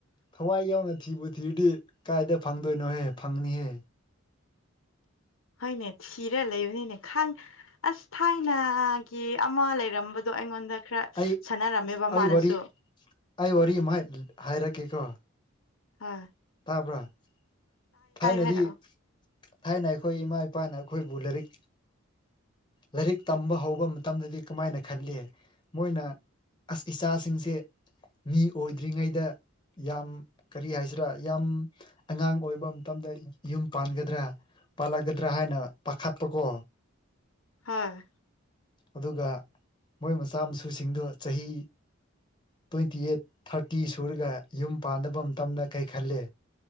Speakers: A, on the left; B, on the left.
A: ꯍꯋꯥꯏ ꯌꯥꯎꯅ ꯊꯤꯕꯨ ꯊꯤꯔꯗꯤ ꯀꯥꯏꯗ ꯐꯪꯗꯣꯏꯅꯣꯍꯦ ꯐꯪꯅꯤꯍꯦ
B: ꯍꯣꯏꯅꯦ ꯊꯤꯔ ꯂꯩꯕꯅꯤꯅꯦ ꯈꯥꯡ ꯑꯁ ꯊꯥꯏꯅꯒꯤ ꯑꯃ ꯂꯩꯔꯝꯕꯗꯣ ꯑꯩꯉꯣꯟꯗ ꯈꯔ
A: ꯑꯩ
B: ꯁꯥꯟꯅꯔꯝꯃꯦꯕ
A: ꯑꯩ
B: ꯃꯥꯅꯁꯨ
A: ꯋꯥꯔꯤ ꯑꯩ ꯋꯥꯔꯤ ꯑꯃꯥꯏ ꯍꯥꯏꯔꯛꯀꯦꯀꯣ
B: ꯑꯥ
A: ꯇꯥꯕ꯭ꯔꯥ ꯊꯥꯏꯅꯗꯤ
B: ꯍꯥꯏꯔꯛꯑꯣ
A: ꯊꯥꯏꯅ ꯑꯩꯈꯣꯏ ꯏꯃꯥ ꯏꯄꯥꯅ ꯑꯩꯈꯣꯏꯕꯨ ꯂꯥꯏꯔꯤꯛ ꯂꯥꯏꯔꯤꯛ ꯇꯝꯕ ꯍꯧꯕ ꯃꯇꯝꯗꯗꯤ ꯀꯃꯥꯏꯅ ꯈꯜꯂꯤ ꯃꯣꯏꯅ ꯑꯁ ꯏꯆꯥꯁꯤꯡꯁꯦ ꯃꯤ ꯑꯣꯏꯗ꯭ꯔꯤꯉꯩꯗ ꯌꯥꯝ ꯀꯔꯤ ꯍꯥꯏꯁꯤꯔꯥ ꯌꯥꯝ ꯑꯉꯥꯡ ꯑꯣꯏꯕ ꯃꯇꯝꯗ ꯌꯨꯝ ꯄꯥꯟꯒꯗ꯭ꯔꯥ ꯄꯥꯜꯂꯒꯗ꯭ꯔꯥ ꯍꯥꯏꯅ ꯄꯥꯈꯠꯄꯀꯣ
B: ꯍꯣꯏ
A: ꯑꯗꯨꯒ ꯃꯣꯏ ꯃꯆꯥ ꯃꯁꯨꯁꯤꯡꯗꯣ ꯆꯍꯤ ꯇ꯭ꯋꯦꯟꯇꯤ ꯑꯦꯠ ꯊꯥꯔꯇꯤ ꯁꯨꯔꯒ ꯌꯨꯝ ꯄꯥꯟꯗꯅꯕ ꯃꯇꯝꯗ ꯀꯩ ꯈꯜꯂꯦ